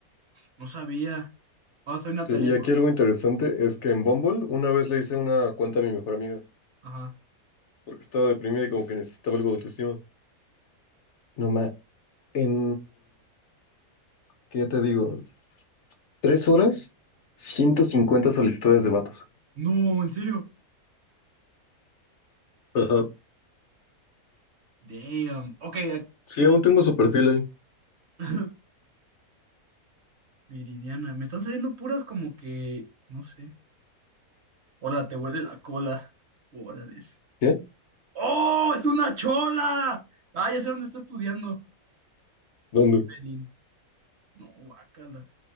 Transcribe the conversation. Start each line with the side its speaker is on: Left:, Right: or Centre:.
Right: no sabía. Ah, soy Natalie.
Left: Sí, y aquí algo interesante es que en Bumble una vez le hice una cuenta a mi mejor amiga
Right: Ajá.
Left: porque estaba deprimida y como que necesitaba algo de autoestima. No ma, en, ¿qué te digo? Tres horas, 150 solicitudes de vatos.
Right: No, ¿en serio?
Left: Ajá.
Right: Damn. Ok, ac-
Left: Sí,
Right: es-
Left: aún tengo su perfil ahí.
Right: <laughs> Viridiana. Me están saliendo puras como que. No sé. Hola, te huele la cola. Órale.
Left: ¿Qué?
Right: ¡Oh! ¡Es una chola! Ah, ya sé dónde está estudiando.
Left: ¿Dónde?
Right: En Belín. No, guácala.